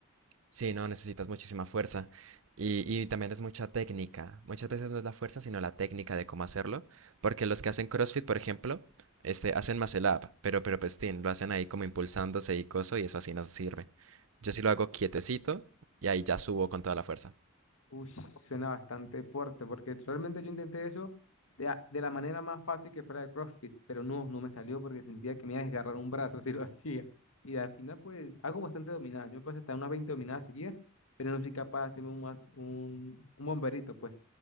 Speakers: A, on the right; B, on the left.
A: Sí, no, necesitas muchísima fuerza. Y, y también es mucha técnica. Muchas veces no es la fuerza, sino la técnica de cómo hacerlo. Porque los que hacen CrossFit, por ejemplo, este, hacen muscle up, pero, pero pestín, lo hacen ahí como impulsándose y coso, y eso así no sirve. Yo sí lo hago quietecito y ahí ya subo con toda la fuerza.
B: Uy, suena bastante fuerte, porque realmente yo intenté eso de, a- de la manera más fácil que fuera de CrossFit, pero no, no me salió porque sentía que me iba a desgarrar un brazo <laughs> si lo hacía. Y al final, pues, hago bastante dominadas. Yo me pasé hasta unas 20 dominadas seguidas, pero no soy capaz de hacerme un, más, un, un bomberito, pues.